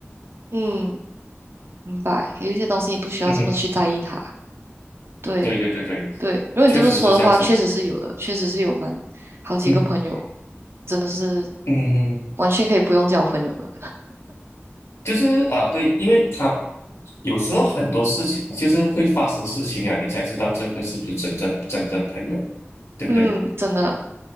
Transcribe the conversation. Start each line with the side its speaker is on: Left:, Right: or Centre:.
Right: 嗯，明白。有一些东西你不需要这么去在意它。
Left: 嗯哼，
Right: 对
Left: 对对对对，
Right: 对，如果你这么说的话，
Left: 确实是这样子。
Right: 确实是有的，确实是有蛮好几个朋友，
Left: 嗯
Right: 真的是
Left: 嗯嗯，
Right: 完全可以不用交朋友的。
Left: 就是啊，对，因为他有时候很多事情就是会发生事情啊，你才知道这个是不是真正的真正的朋友，对不对？
Right: 嗯，真的，